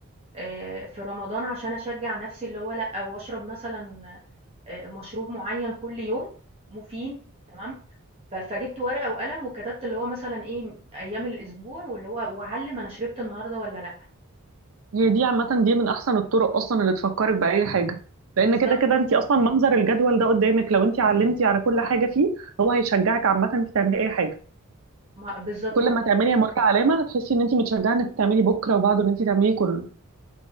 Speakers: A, on the right; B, on the right.
A: آآ في رمضان عشان أشجّع نَفْسي اللي هو لأ، وأشرب مثلًا آآ مشروب معيّن كل يوم مفيد تمام، ف فجِبت ورقة وقلم وكتبت اللي هو مثلًا إيه، أيام الأسبوع واللي هو وأعلِّم أنا شربت النهارده والّا لأ.
B: هي دي عامه دي من احسن الطرق اصلا اللي تفكرك باي حاجه لان
A: بالضبط،
B: كده كده انت اصلا منظر الجدول ده قدامك لو انت علمتي على كل حاجه فيه هو هيشجعك عامه انك تعملي اي حاجه
A: ما بالضبط
B: كل
A: هو
B: ما تعملي مره علامه هتحسي ان انت متشجعه انك تعملي بكره وبعده ان انت تعملي كله